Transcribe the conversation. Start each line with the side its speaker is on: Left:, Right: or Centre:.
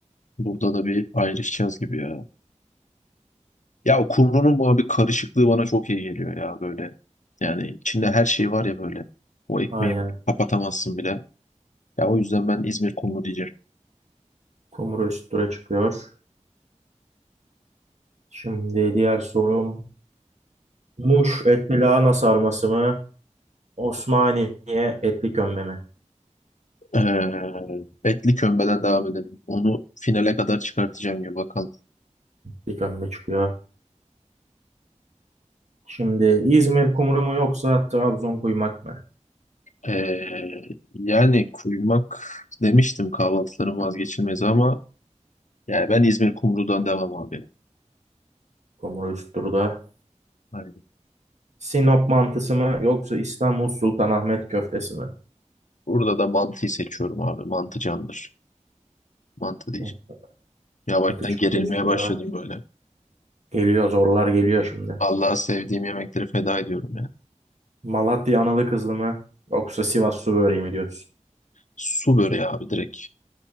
Left: burada da bir ayrışacağız gibi ya. Ya o kumrunun bu abi karışıklığı bana çok iyi geliyor ya böyle. Yani içinde her şey var ya böyle. O ekmeği
Right: Aynen.
Left: kapatamazsın bile. Ya o yüzden ben İzmir kumru diyeceğim.
Right: Kumru üstüne çıkıyor. Şimdi diğer sorum. Muş etli lahana sarması mı? Osmaniye etli kömbe mi?
Left: Ee, etli kömbeden devam edelim. Onu finale kadar çıkartacağım ya bakalım.
Right: Etli kömbe çıkıyor. Şimdi İzmir kumru mu yoksa Trabzon kuymak mı?
Left: Ee, yani kuymak demiştim kahvaltıların vazgeçilmezi ama yani ben İzmir kumrudan devam abi.
Right: Kumru üst turda.
Left: Aynen.
Right: Sinop mantısı mı yoksa İstanbul Sultanahmet köftesi mi?
Left: Burada da mantıyı seçiyorum abi. Mantı candır. Mantı diyeceğim.
Right: Hop,
Left: Yavaştan
Right: Mantı çıktı
Left: gerilmeye
Right: üst tura.
Left: başladım böyle.
Right: Geliyor zorlar geliyor şimdi.
Left: Allah'a sevdiğim yemekleri feda ediyorum yani.
Right: Malatya analı kızlı mı yoksa Sivas su böreği mi diyorsun?
Left: Su böreği abi direkt.